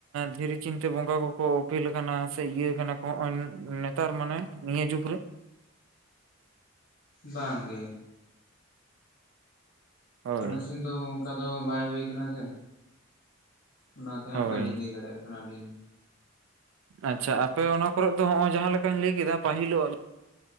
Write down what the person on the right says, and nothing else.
ᱫᱷᱤᱨᱤ ᱪᱤᱱᱛᱮ ᱵᱚᱸᱜᱟ ᱠᱚᱠᱚ ᱳᱯᱮᱞ ᱠᱟᱱᱟ ᱥᱮ ᱤᱭᱟᱹ ᱠᱟᱱᱟ ᱠᱚ ᱦᱚᱸᱜᱼᱚᱭ ᱱᱮᱛᱟᱨ ᱢᱟᱱᱮ ᱱᱤᱭᱟᱹ ᱡᱩᱜᱽ ᱨᱮ
ᱦᱳᱭ
ᱦᱳᱭ
ᱟᱪᱪᱷᱟ ᱟᱯᱮ ᱚᱱᱟ ᱠᱚᱨᱮ ᱫᱚ ᱱᱚᱜᱼᱚᱭ ᱡᱟᱦᱟᱸ ᱞᱮᱠᱟᱧ ᱞᱟᱹᱭ ᱠᱮᱫᱟ ᱯᱟᱹᱦᱤᱞᱚᱜ